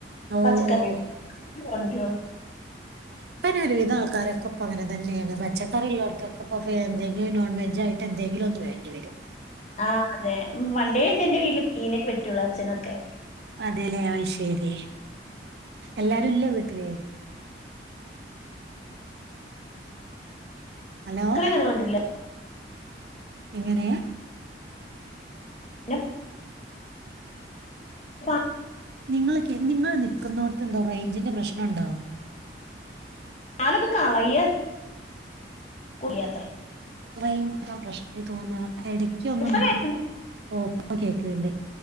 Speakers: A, on the right; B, on the left.
A: ഓ
B: പച്ചക്കറി
A: ഓ
B: കൊണ്ട്രള്ളു
A: ഇപെന്നെ ഒരുവിധ ആൾക്കാരൊക്കെ ഇപ്പ അങ്ങനെ തന്നെേണ് പച്ചക്കറി ഇള്ളോട്ത്തൊക്കെ ഇപ്പൊ <unintelligible> നോൺ വേ ജായിട്ട് എന്തെങ്കിലും ഒന്ന് വേണ്ടി വെരും
B: ആഹ് അതെ വണ്ടേ ഉണ്ട് ഇൻന്റെ വീട്ടില് മീനേ പറ്റൊള്ളു അച്ഛനൊക്കെ
A: അതേലെ അഹ്ശെരി എല്ലാരും ഇല്ലെ വീട്ടില് ഹലോ
B: പച്ചക്കറി അങ്ങനെ കൊണ്ടരില്ല.
A: എങ്ങനെയ?
B: പിന്നെ പാൽ
A: നിങ്ങൾക്ക് നിങ്ങൾ നിക്കുന്നോട്ത്തെ എന്തോ റേഞ്ചിന്റെ പ്രശ്നം ഉണ്ടോ
B: അതൊക്കെ കളയ കുളിയാട്ടം
A: റേഞ്ച് എന്തോ പ്രശ്നം തോന്നാ. എടക്ക് ഒന്നും
B: ഇപ്പൊ കേക്ക
A: ഓഫാ കേക്ക്ണ്ട്.